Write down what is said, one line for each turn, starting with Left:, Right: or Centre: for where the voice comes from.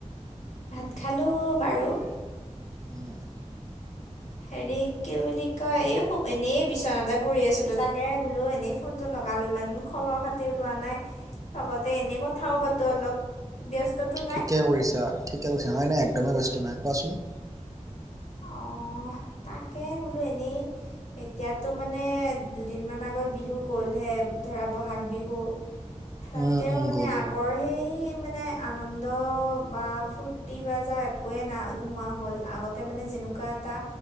Left: ভাত খালোঁ বাৰু',
Right: উম',
Left: হেৰি কি বুলি কয়, এই শুব এনেই বিচনাতে পঢ়ি আছিলোঁ তাকে বোলো এনেই ফো', নটো লগালোঁ, ইমানদিন খবৰ খাতিও লোৱা নাই লগতে এনে কথাও পাতো অলপ', ব্যস্ততো নাই।
Right: ঠিকে কৰিছা, ঠিকে কৰিছা, নাই নাই একদমেই ব্যস্ত নাই কোৱাচোন',
Left: অঁ', তাকে বোলো এনেই', এতিয়াতো মানে দুদিনমান আগত বিহু গ'লহে ধৰা বহাগ বিহু', তাতেও
Right: উম উম
Left: মানে
Right: গ'ল
Left: আগ', বৰ সেই মানে আনন্দ বা ফূৰ্তি বা যাৰ একোৱেই নাই নোহোৱা হ'ল আগত', মানে যেনেকুৱা এটা